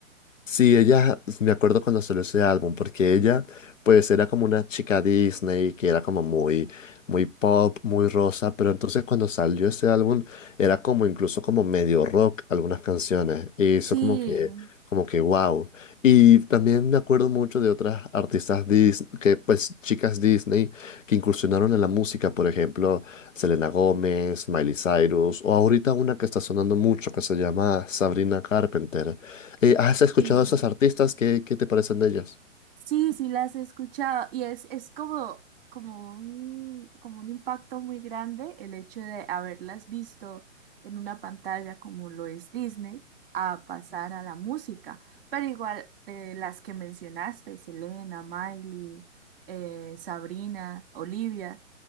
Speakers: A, on the left; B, on the right.
A: Sí, ella, me acuerdo cuando salió ese álbum, porque ella, pues, era como una chica Disney, que era como muy, muy pop, muy rosa, pero entonces cuando salió ese álbum, era como incluso como medio rock algunas canciones, y eso
B: Sí,
A: como que, como que wow. Y también me acuerdo mucho de otras artistas Disney, que pues, chicas Disney, que incursionaron en la música, por ejemplo, Selena Gómez, Miley Cyrus, o ahorita una que está sonando mucho, que se llama Sabrina Carpenter eh, ¿has escuchado
B: sí.
A: a esas artistas? ¿Qué, qué te parecen de ellas?
B: Sí, sí las he escuchado y es, es como, como un, como un impacto muy grande el hecho de haberlas visto en una pantalla como lo es Disney a pasar a la música. Pero igual de las que mencionaste, Selena, Miley, eh, Sabrina, Olivia.